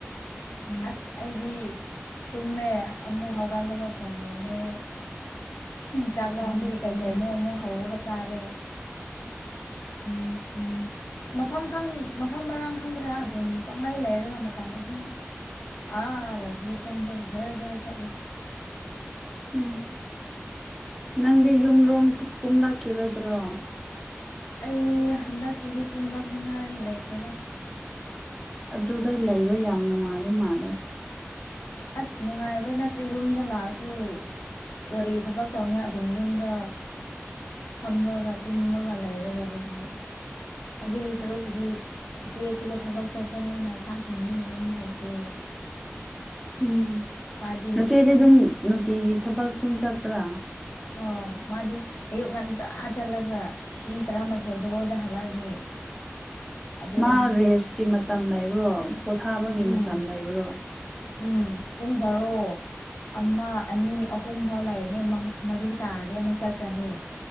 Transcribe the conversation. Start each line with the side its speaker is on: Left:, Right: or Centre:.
Left: ꯑꯁ ꯑꯩꯗꯤ ꯇꯨꯝꯃꯦ ꯑꯃꯨꯛ ꯍꯧꯒꯠꯂꯒ ꯐꯣꯟ ꯌꯦꯡꯉꯦ ꯆꯥꯛ ꯂꯥꯡꯝꯕꯒꯤ ꯀꯩ ꯀꯩꯅꯣ ꯑꯃꯨꯛ ꯍꯧꯔꯒ ꯆꯥꯔꯦ ꯎꯝ ꯎꯝ ꯑꯁ ꯃꯐꯝ ꯈꯪ ꯃꯐꯝ ꯃꯔꯥꯡ ꯈꯪꯗꯅ ꯑꯗꯨꯝ ꯄꯪꯂꯩ ꯂꯩꯔꯒ ꯃꯇꯝ ꯑꯗꯨꯝ ꯑꯥ ꯌꯧꯒꯤ ꯄꯨꯡꯗꯣ ꯖꯔ ꯖꯔ ꯆꯠꯂꯦ
Centre: ꯎꯝ ꯅꯪꯗꯤ ꯌꯨꯝꯔꯣꯝ ꯀꯨꯝ ꯂꯥꯛꯈꯤꯔꯣꯏꯗ꯭ꯔꯣ
Left: ꯑꯩ ꯍꯟꯗꯛꯀꯤꯗꯤ ꯀꯨꯝꯂꯛꯅꯤꯉꯥꯏ ꯂꯩꯇꯦꯗ
Centre: ꯑꯗꯨꯗꯩ ꯂꯩꯕ ꯌꯥꯝ ꯅꯨꯡꯉꯥꯏꯕ ꯃꯥꯜꯂꯦ
Left: ꯑꯁ ꯅꯨꯡꯉꯥꯏꯕꯩ ꯅꯠꯇꯦ ꯌꯨꯝꯗ ꯂꯥꯛꯑꯁꯨ ꯀꯔꯤ ꯊꯕꯛ ꯇꯧꯅꯤꯉꯥꯏ ꯑꯗꯨꯝ ꯌꯨꯝꯗ ꯐꯝꯔꯒ ꯇꯨꯝꯃꯒ ꯂꯩꯒꯗꯕꯗꯨꯕꯨ ꯑꯗꯨꯒꯤ ꯁꯔꯨꯛꯄꯨꯗꯤ ꯏꯆꯦ ꯑꯁꯤꯗ ꯊꯕꯛ ꯆꯠꯄꯅꯦꯅ ꯆꯥꯛ ꯊꯣꯡꯕꯤꯅꯕ ꯃꯤ ꯂꯩꯇꯦ
Centre: ꯎꯝ
Left: ꯃꯥꯗꯤ
Centre: ꯅꯆꯦꯗꯤ ꯑꯗꯨꯝ ꯅꯨꯡꯇꯤꯒꯤ ꯊꯕꯛꯇ ꯑꯗꯨꯝ ꯆꯠꯄ꯭ꯔꯥ
Left: ꯑꯧ ꯃꯥꯗꯤ ꯑꯌꯨꯛ ꯉꯟꯇꯥ ꯆꯠꯂꯒ ꯄꯨꯡ ꯇꯔꯥꯃꯥꯊꯣꯏ ꯕꯣꯔꯣꯗ ꯍꯜꯂꯛꯑꯅꯤ ꯑꯗꯨꯒ
Centre: ꯃꯥ ꯔꯦꯁꯀꯤ ꯃꯇꯝ ꯂꯩꯕ꯭ꯔꯣ ꯄꯣꯊꯥꯕꯒꯤ
Left: ꯎꯝ
Centre: ꯃꯇꯝ ꯂꯩꯕ꯭ꯔꯣ
Left: ꯎꯝ ꯄꯨꯡ ꯕꯥꯔꯣ ꯑꯃ ꯑꯅꯤ ꯑꯍꯨꯝꯐꯥꯎ ꯂꯩꯔꯅꯤ ꯃ ꯃꯔꯤ ꯇꯥꯔꯗꯤ ꯑꯃꯨꯛ ꯆꯠꯈ꯭ꯔꯅꯤ